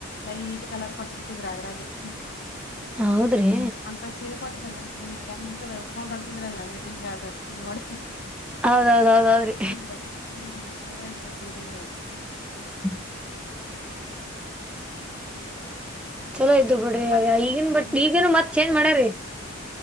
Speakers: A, on the left (about 50°); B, in the centre.
A: ಲೈಟ್ ಕಲರ್ ಕೊಟ್ಬಿಟ್ಟಿದ್ರ ಅದ್ರಾಗೆ. ಹ್ಮ್.
B: ಹೌದ್ರಿ.
A: ಅಂಕಲ್ ಸೀರಿ ಕೊಟ್ಟಿದ್ರಲ್ಲ ನಿಮ್ ಕೆಂಪದ ಉಟ್ಕೊಂಡ್ ಬರ್ತಿದ್ರಲ್ಲ ಮೀಟಿಂಗ ಅದು ನೋಡಿ
B: ಹೌದೌದೌದೌದ್ರಿ.
A: ಹ್ಮ್ ಚಲೋ ಇತ್ತ್ ಸೀರಿಗಿರೆ.
B: <unintelligible> ಚಲೋ ಇದ್ದು ಬಿಡ್ರಿ
A: ಮತ್
B: ಅಯ್ಯ ಈಗನ್ ಬಟ್
A: ಹ್ಮ್
B: ಈಗನು ಮತ್ ಚೇಂಜ್ ಮಾಡ್ಯಾರ್ರೀ.